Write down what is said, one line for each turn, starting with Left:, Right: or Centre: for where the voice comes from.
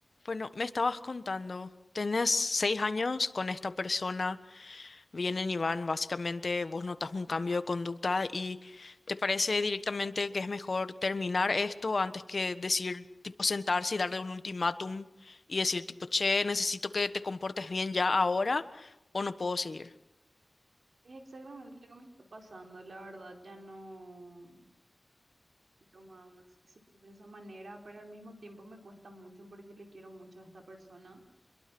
Left: Bueno, me estabas contando, tenés seis años con esta persona, vienen y van, básicamente vos notas un cambio de conducta y te parece directamente que es mejor terminar esto antes que decir, tipo, sentarse y darle un ultimátum y decir, tipo, che, necesito que te comportes bien ya ahora o no puedo seguir.
Right: Es exactamente lo que me está pasando, la verdad, ya no quiero más seguir de esa manera, pero al mismo tiempo me cuesta mucho porque le quiero mucho a esta persona.